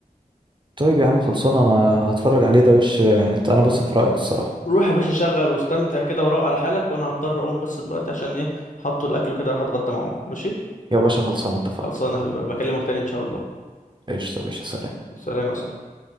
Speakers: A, on the right (about 30°); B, on the left (about 60°).
A: طيب يا عم خلصانه انا هتفرج عليه ده وش يعني انا بثق في رايك الصراحه
B: روح يا باشا شغل واستمتع كده وروق على حالك وانا هضطر اقوم بس دلوقتي عشان ايه حطوا الاكل كده راح اتغدى مع ماما ماشي
A: يا باشا خلصانه اتفقنا
B: خلصانه يا حبيبي بكلمك تاني ان شاء الله
A: ايش طب يا باشا، سلام
B: سلام يا صاحبي